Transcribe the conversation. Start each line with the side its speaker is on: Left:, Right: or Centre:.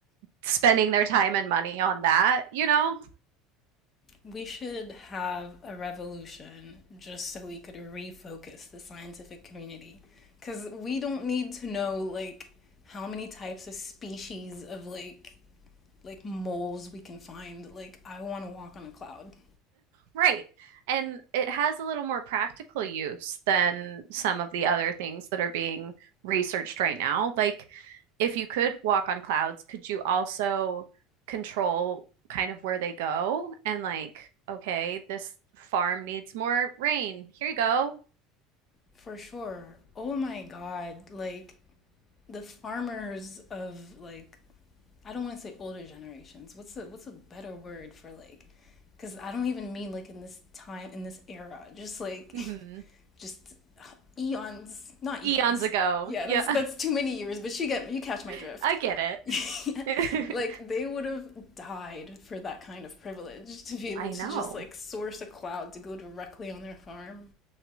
Right: spending their time and money on that, you know?
Left: We should have a revolution just so we could refocus the scientific community. Because we don't need to know, like, how many types of species of, like, like moles we can find. Like, I want to walk on a cloud.
Right: Right. And it has a little more practical use than some of the other things that are being researched right now. Like, if you could walk on clouds, could you also control kind of where they go? And, like, okay, this farm needs more rain. Here you go.
Left: For sure. Oh my God. Like the farmers of like I don't want to say older generations. What's a what's a better word for like cuz I don't even mean like in this time in this era. Just like
Right: hmm
Left: <laughs> just uh, eons, not eons.
Right: Eons ago.
Left: Yeah,
Right: Yeah,
Left: that's that's too many years, but you get you catch my
Right: <laughs>
Left: drift.
Right: I get
Left: <laughs>
Right: it.
Left: Like they would have died for that kind of privilege to be able
Right: <laughs> I
Left: to
Right: know.
Left: just like source a cloud to go directly on their farm.